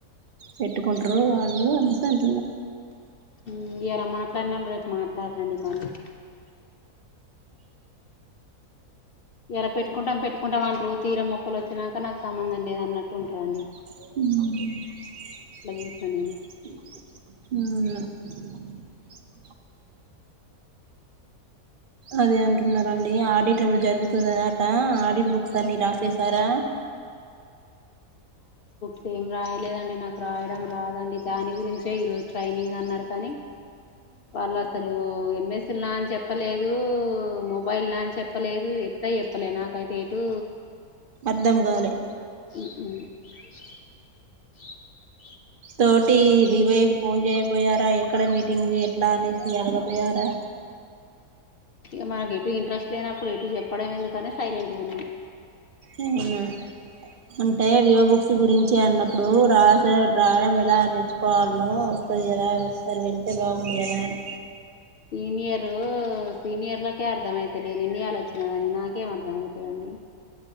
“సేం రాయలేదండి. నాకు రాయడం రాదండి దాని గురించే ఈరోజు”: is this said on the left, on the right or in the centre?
Left